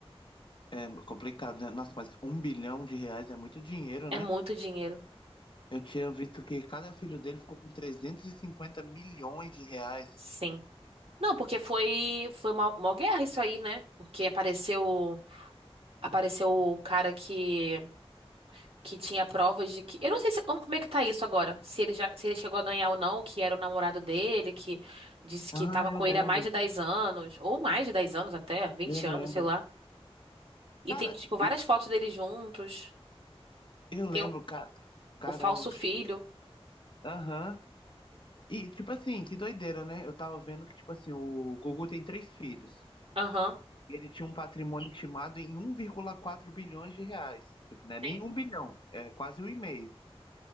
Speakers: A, on the left; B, on the right.
A: É complicado, né? Nossa, mas um bilhão de reais é muito dinheiro,
B: É
A: né?
B: muito dinheiro.
A: Eu tinha visto que cada filho dele ficou com 350 milhões de reais.
B: Sim. Não, porque foi foi uma, uma guerra isso aí, né? Porque apareceu apareceu o cara que que tinha provas de que eu não sei se, como, como é que tá isso agora, se ele já se ele chegou a ganhar ou não, que era o namorado dele, que disse que
A: Ah,
B: tava com
A: eu lembro.
B: ele há mais de 10 anos, ou mais de 10 anos até, 20
A: Eu lembro.
B: anos, sei lá. E
A: Cara,
B: tem tipo várias fotos deles juntos.
A: eu lembro,
B: Tem o,
A: cara. Caramba.
B: o falso filho.
A: Aham. E, tipo assim, que doideira, né? Eu tava vendo que, tipo assim, o Gugu tem três filhos.
B: Aham.
A: Ele tinha um patrimônio estimado em um vírgula quatro bilhões de reais. Tipo, não é nem
B: Sim.
A: um bilhão, é quase um e meio.